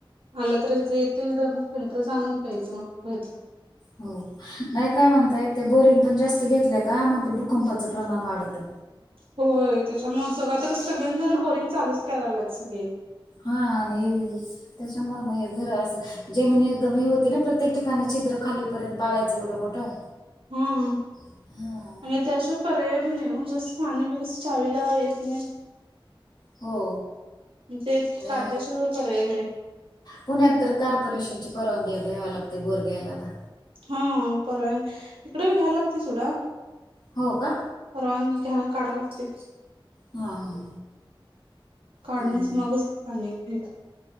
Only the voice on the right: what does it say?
आलं तर यायचं येतं नाही तर मग फिल्टर च आणून प्यायचं मग यायचं.
होय त्याच्यामुळे सगळे तर सगळ्यांनीच बोरिंग चालूच करायला लागलेत सगळे.
हम्म.
आणि त्याशिवाय पर्याय बी नाही जास्त पाणी बी कस चावीला येत नाही.
ते
काढल्या शिवाय पर्याय नाही.
हा परवानगी इकडे बी घ्यायला लागते सोडा.
परवानगी घ्यायला काढायला लागते.
काढूनच
मगच पाणी इक.